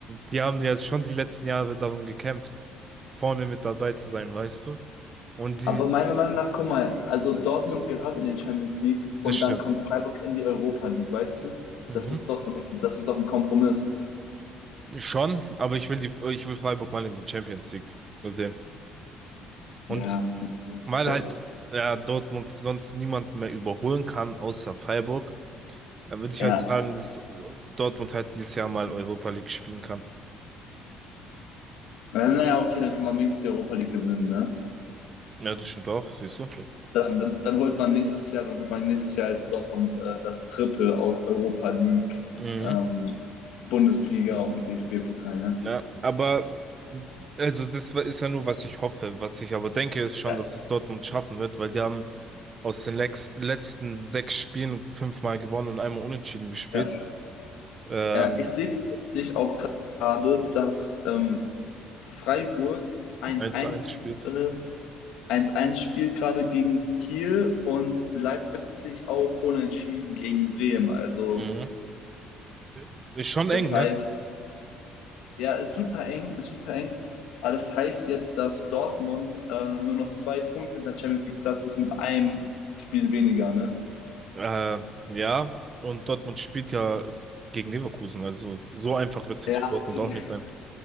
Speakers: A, on the right; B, on the left.
A: die haben ja schon die letzten Jahre darum gekämpft, vorne mit dabei zu sein, weißt du? Und die,
B: Aber meiner Meinung nach, guck mal, also Dortmund gehört in den Champions League
A: das
B: und
A: stimmt.
B: dann kommt Freiburg in die Europa League, weißt du?
A: Mhm.
B: Das ist doch ein, das ist doch ein Kompromiss.
A: Schon, aber ich will die, ich will Freiburg mal in die Champions League sehen. Und
B: Ja, okay.
A: weil halt, ja, Dortmund sonst niemand mehr überholen kann, außer Freiburg, dann würde ich
B: ja.
A: halt sagen, dass Dortmund halt dieses Jahr mal Europa League spielen kann.
B: Na- Naja, okay, dann kann man wenigstens die Europa League gewinnen, ne?
A: Ja, das stimmt auch, siehst du.
B: Dann, dann, dann holt man nächstes Jahr, dann holt man nächstes Jahr als Dortmund äh, das Triple aus Europa League,
A: Mhm.
B: ähm, Bundesliga und DFB-Pokal, ne?
A: Ja, aber also das war- ist ja nur, was ich hoffe. Was ich aber denke, ist schon,
B: Ja,
A: dass es Dortmund schaffen wird, weil die haben aus den lex letzten sechs Spielen fünfmal gewonnen und einmal unentschieden gespielt.
B: ja.
A: Ähm,
B: Ja, ich sehe tatsächlich auch gerade, dass ähm, Freiburg 1-1
A: 1-1
B: äh,
A: spielt.
B: 1-1 spielt gerade gegen Kiel und Leipzig auch unentschieden gegen Bremen. Also
A: Mhm. Ja. Ist schon
B: das
A: eng,
B: heißt,
A: ne?
B: ja, ist super eng, ist super eng. Aber das heißt jetzt, dass Dortmund äh, nur noch zwei Punkte hinter Champions League Platz ist mit einem Spiel weniger, ne?
A: Äh, ja, und Dortmund spielt ja gegen Leverkusen. Also so einfach wird es
B: Ja,
A: jetzt für Dortmund
B: es wird,
A: auch nicht sein.
B: <laughs>